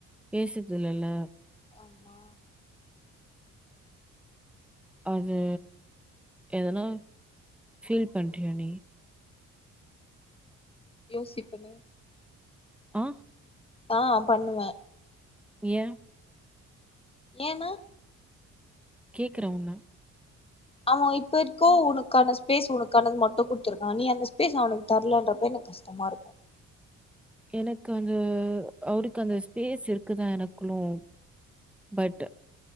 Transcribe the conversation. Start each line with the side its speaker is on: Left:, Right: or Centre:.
Centre: பேசறது இல்லல்ல
Left: ஆமா
Centre: அது எதனா ஃபீல் பண்றியா நீ
Left: யோசிப்பனே
Centre: ஆ
Left: ஆ பண்ணுனே
Centre: ஏ
Left: ஏனா
Centre: கேக்குற உன்ன
Left: அவன் இப்ப இருக்கோ உனக்கான ஸ்பேஸ் உனக்கானது மட்டும் குடுத்திருக்கான் நீ அந்த ஸ்பேஸ் அவனுக்கு தரலன்றப்ப எனக்கு கஷ்டமா இருக்கும்
Centre: எனக்கு அந்த அவருக்கு அந்த ஸ்பேஸ் இருக்குதான் எனக்குள்ளும் பட்